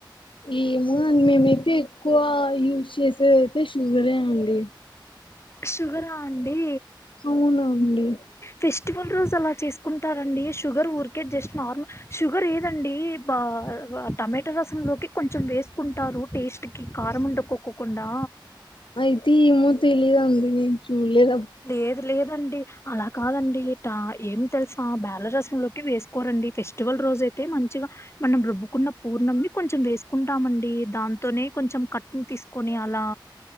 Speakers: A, on the left (about 85°); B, on the left (about 30°).
A: ఏమో మేమైతే ఎక్కువా యూజ్ చేసే అయితే షుగరే అండి
B: షుగరా అండీ
A: అవునాండి
B: ఫెస్టివల్ రోజు అలా చేస్కుంటారండి షుగర్ ఊర్కే జస్ట్ నార్మల్ షుగర్ ఏదండీ బ ఆ టమాటా రసంలోకి కొంచెం వేస్కుంటారు టేస్ట్ ఇట్టికి కారం ఉండకోక్కకుండా.
A: అయితే ఏమో తెలీదు అంది నేను చూలేద
B: లేదు లేదండి అలా కాదండి ట ఏమి తెలుసా బ్యాలరసంలోకి వేసుకోలండీ ఫెస్టివల్ రోజ అయితే మంచిగా మనం రుబ్బుకున్న పూర్ణమ్మి కొంచెం వేసుకుంటామండి దాంతోనే కొంచెం కట్న్ తీసుకొని అలా